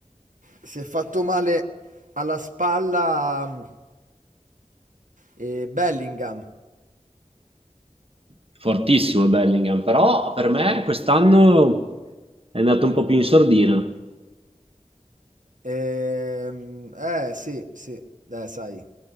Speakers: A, on the right; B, on the right.
A: si è fatto male alla spalla mm, eh, Bellingham.
B: Fortissimo Bellingham, però per me quest'anno è andato un po' più in sordina.
A: Ehm, eh sì, sì, eh, sai.